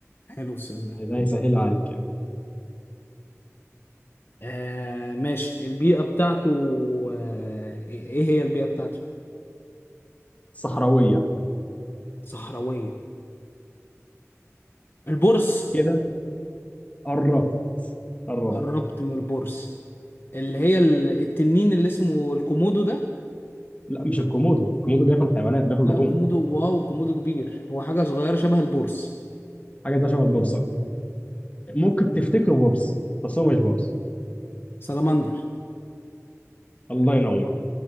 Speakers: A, on the left; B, on the left.
A: حلو السؤال ده
B: يعني ده هيسهلها عليك يعني
A: آه ماشي البيئة بتاعته آه ايه إيه هي البيئة بتاعته
B: صحراوية
A: صحراوية البرص
B: كده قربت قربت
A: قربت من البرص اللي هي ال- التنين اللي اسمه الكومودو ده
B: لا مش الكومودو الكومودو بياكل حيوانات بياكل
A: لا
B: لحوم
A: الكومودو واو الكومودو كبير هو حاجة صغيرة شبه البرص
B: حاجة ده شبه البورصة ممكن تفتكره بورص بس هو مش بورص
A: سلامندر
B: الله ينور